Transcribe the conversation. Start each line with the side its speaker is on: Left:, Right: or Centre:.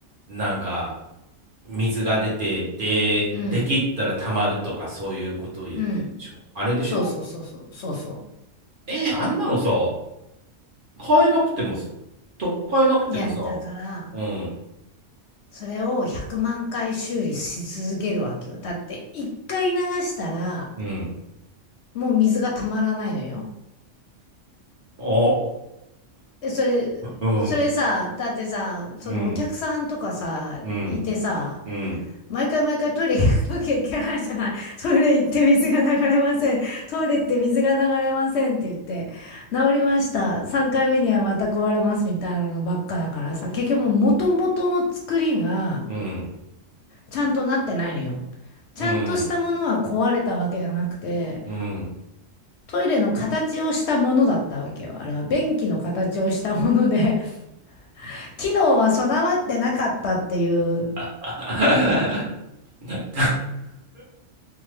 Right: なんか水が出て、で、
Left: うん、
Right: できったら溜まるとかそういうことを言ってるでしょあれでしょ
Left: うん。そうそうそうそう、そうそ
Right: えーあんなのさ、買えなくても、とっかえなくてもさ、
Left: う。いや、だから、
Right: うん、
Left: それを100万回修理し続けるわけよ。だって、一回流したら、
Right: うん、
Left: もう水がたまらないのよ。
Right: あ、
Left: で、それ、
Right: うん、
Left: それさ、だってさ、そのお客さんとかさ、
Right: うん、うん、
Left: いてさ、
Right: うん、
Left: 毎回毎回トイレ行かなきゃいけないじゃない。トイレ行って水が流れません。トイレ行って水が流れませんって言って、治りました。3回目にはまた壊れますみたいなのばっかだからさ、結局もう元々の作りが、
Right: うん、
Left: ちゃんとなってないのよ。ちゃんとしたものは壊れたわけじゃなくて、
Right: うん、うん。
Left: トイレの形をしたものだったわけよ。あれは便器の形をしたもので、<laughs> 機能は備わってなかったっていう。
Right: <laughs> <laughs>